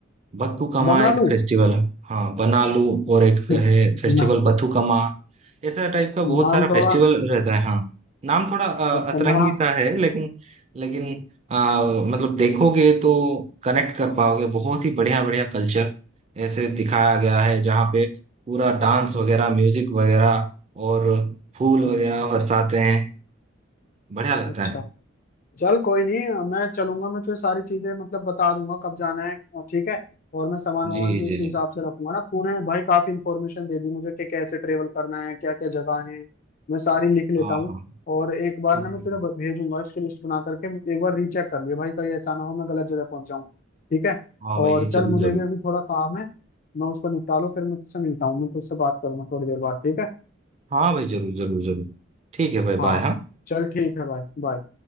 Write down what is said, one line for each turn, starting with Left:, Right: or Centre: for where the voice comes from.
Right: बथुकम्मा
Left: बना
Right: एक
Left: लूं
Right: फेस्टिवल है हाँ बनालू और एक
Left: <laughs>
Right: है फेस्टिवल
Left: ना
Right: बथुकम्मा ऐसा टाइप का बहुत
Left: नाम
Right: सारा
Left: थोड़ा
Right: फेस्टिवल रहता है हाँ नाम थोड़ा अ,
Left: अच्छा
Right: अतरंगी
Left: ना
Right: सा है लेकिन लेकिन अ, मतलब देखोगे तो कनेक्ट कर पाओगे बहुत ही बढ़िया बढ़िया कल्चर ऐसे दिखाया गया है जहाँ पे पूरा डांस वगैरह म्यूजिक वगैरह और फूल
Left: अच्छा
Right: वगैरह बरसाते हैं बढ़िया लगता
Left: अच्छा
Right: है
Left: चल कोई नहीं मैं चलूंगा मैं तुझे सारी चीजें मतलब बता दूंगा कब जाना है और ठीक है और मैं सामान वामान
Right: जी
Left: भी उसी
Right: जी जी
Left: हिसाब से रखूंगा ना तूने भाई काफी इंफॉर्मेशन दे दी मुझे कि कैसे ट्रेवल करना है क्या क्या जगह है मैं सारी लिख लेता
Right: हाँ
Left: हूँ
Right: हाँ
Left: और एक बार
Right: ठीक
Left: ना मैं
Right: है
Left: तुझे ब- भेजूंगा इसकी लिस्ट बना करके एक बार रीचेक कर लियो भाई कहीं ऐसा ना हो मैं गलत जगह पहुंच जाऊँ ठीक है
Right: हाँ भाई
Left: और चल
Right: जरूर
Left: मुझे
Right: जरूर
Left: भी अभी थोड़ा काम है मैं उसको निपटा लूँ फिर मैं तुझसे मिलता हूँ मैं तुझसे बात करूंगा थोड़ी देर बाद ठीक है
Right: हाँ भाई जरूर जरूर जरूर ठीक है भाई
Left: हाँ
Right: बाय हाँ
Left: चल ठीक है भाई बाय